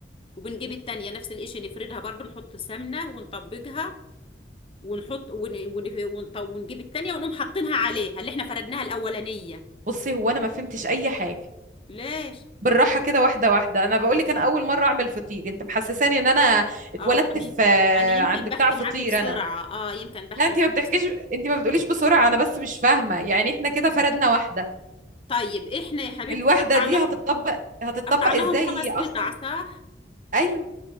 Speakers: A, on the left; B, on the right.
A: وبنجيب التانية نفس القشر نفردها برضو نحط سمنة ونطبجها ونحط ون... ون... ونط... ونجيب التانية ونقوم حاطينها عليها اللي احنا فردناها الأولانية
B: بصي هو انا ما فهمتش اي حاجة
A: ليش؟
B: بالراحه كده واحده واحده انا بقول لك انا اول مره اعمل فطير انت محسساني ان انا اتولدت
A: اه يعني
B: في
A: يعني يمكن
B: عند
A: بحكي
B: بتاع فطير
A: معاكي بسرعة
B: انا
A: اه يمكن بحكي
B: لا انت ما
A: معاكي
B: بتحكيش
A: بسرعة
B: انت ما بتقوليش بسرعه انا بس مش فاهمه يعني احنا كده فردنا
A: طيب
B: واحده
A: طيب احنا يا حبيبتي
B: الواحده
A: قطعناهم
B: دي هتطبق هتطبق
A: قطعناهم
B: ازاي
A: خمس
B: هي
A: قطع
B: اصلا
A: صح؟
B: ايوه